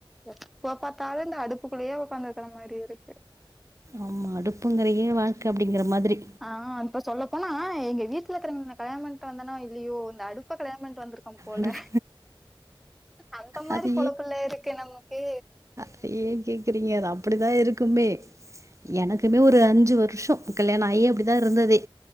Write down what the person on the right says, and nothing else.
ஆமா அடுப்பங்கறையே வாழ்க்க அப்டிங்கிற மாதிரி
அடுப்பு
அது
அத ஏ கேக்குறீங்க அது அப்படிதா இருக்குமே எனக்குமே ஒரு அஞ்சு வருஷோ கல்யாண ஆயி அப்படிதா இருந்ததே